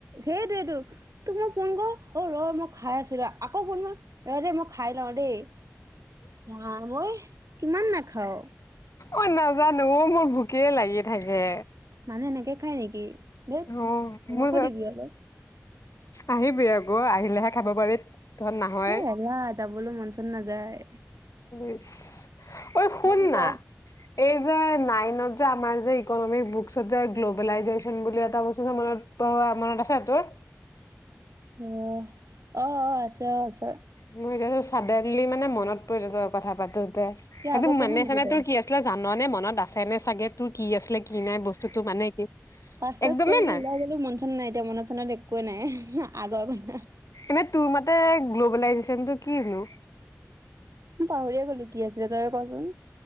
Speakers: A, on the right; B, on the left.
A: সেইটো য়ে টো। তোক মই ফোন ক‌ওঁ, অ ৰ মই খাইআছো ৰ, আকৌ ফোন কৰ, ৰ দে মই খাই লওঁ দেই। মাবৈ কিমান নাখাঅ'
B: ঐ নাজানো অ' মোৰ ভোকে লাগি থাকে।
A: মানুহে এনেকে খায় নেকি। ধেইত
B: অ
A: আমাকো
B: মোৰ
A: দিবি অলপ।
B: আহিবি আকৌ আহিলেহে খাব পাৰি তহঁত নাহয়
A: কিবা এহেলা যাবলৈ মন চন নাযায়।
B: ইচ ঐ শুন
A: বাকী
B: না?
A: ক অ
B: এই যে নাইনত যে আমাৰ যে ইকনমিক্স বুকচত যে গ্ল'বেলাইজেশ্যন বুলি এটা বস্তু যে মনত পঢ়োৱা মনত আছে তোৰ।
A: ‌উহ, অ', অ' আছে, আছে।
B: মোৰ এতিয়া চডেনলি মানে মনত পৰি গৈছে কথা পাতোতে। সেই
A: কিয় আগৰ
B: টো
A: পঢ়
B: মানে
A: নেকি
B: চানে
A: তই
B: তোৰ কি আছে। ত‌ই জাননে মনত আছে নে চাগে তোৰ কি আছিলে কি নাই বস্তুতটো মানে কি,
A: পাছ চাছ
B: একদমেই
A: কৰিলো
B: নাই।
A: ওলাই গলো মন নাই এতিয়া মনত চনত একোৱে নাই আগৰ কথা।
B: এনেই তোৰ মতে গ্ল'বেলাইজেশ্যন টো কি নো?
A: পাহৰিয়ে গ'লো কি আছিলে, তইয়ে কচোন?